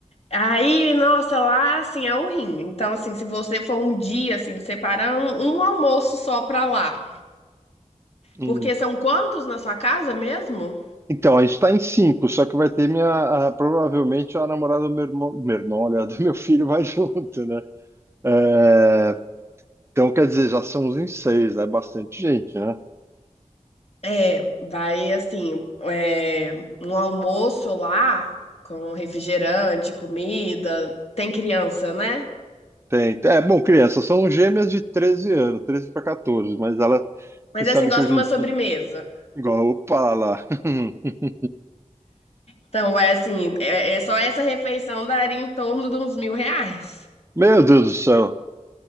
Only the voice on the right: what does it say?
Hum.
Então, a gente tá em cinco, só que vai ter minha. a- provavelmente a namorada do meu irmão. Meu irmão, olha, <laughs> do meu filho vai <laughs> junto, né? É, então, quer dizer, já são uns em seis, né? Bastante gente, né?
Tem. É, bom, crianças são gêmeas de 13 anos, 13 para 14, mas ela.
Você
sabe
que hoje
em
dia. Igual, opa lá. <laughs>
Meu Deus do céu.